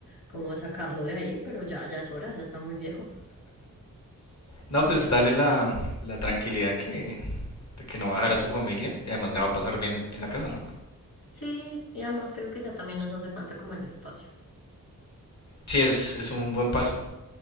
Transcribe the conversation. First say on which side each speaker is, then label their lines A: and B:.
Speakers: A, on the left (about 75°); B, on the left (about 50°).
A: como de sacarlo de ahí, pero ya, ya es hora, ya está muy viejo.
B: No, pues darle la, la tranquilidad que, de que no va a dejar a su familia y además la va a pasar bien en, en la casa, ¿no?
A: Sí, y además creo que ya también nos hace falta como ese espacio.
B: Sí, es, es un buen paso